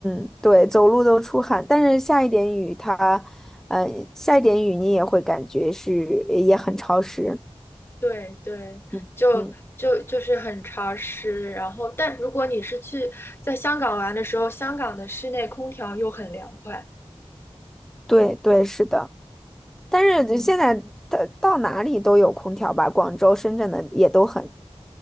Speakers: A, in the centre; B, on the left.
A: 嗯，对，走路都出汗，但是下一点雨它，呃，下一点雨你也会感觉是也很潮湿。
B: 对对，
A: 嗯嗯，
B: 就就就是很潮湿。然后，但如果你是去在香港玩的时候，香港的室内空调又很凉快。
A: 对对，是的。但是就现在到到哪里都有空调吧，
B: 嗯，
A: 广州、深圳的也都很，